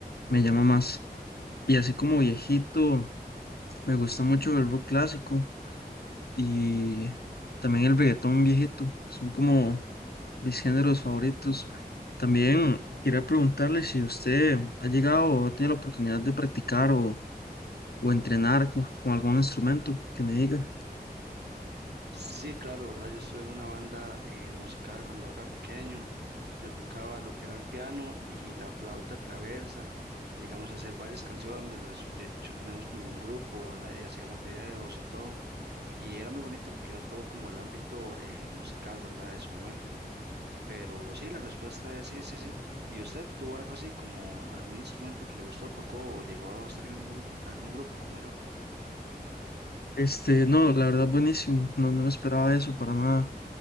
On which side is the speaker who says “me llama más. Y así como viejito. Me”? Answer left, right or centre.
Left